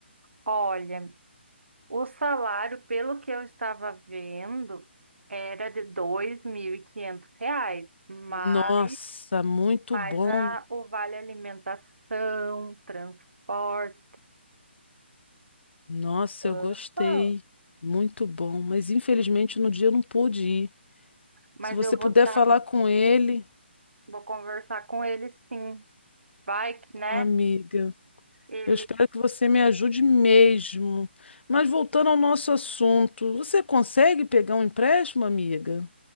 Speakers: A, on the right; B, on the left.
A: Olha, o salário, pelo que eu estava vendo, era de 2.500 reais, mas
B: Nossa, muito
A: mais
B: bom.
A: a, o vale alimentação, transporte.
B: Nossa, eu
A: Aham.
B: gostei. Muito bom. Mas infelizmente no dia eu não pude ir.
A: Mas
B: Se você
A: eu vou
B: puder
A: estar
B: falar com ele,
A: Vou conversar com ele sim. Vai que, né?
B: amiga.
A: Ele.
B: Eu espero que você me ajude mesmo. Mas voltando ao nosso assunto, você consegue pegar um empréstimo, amiga?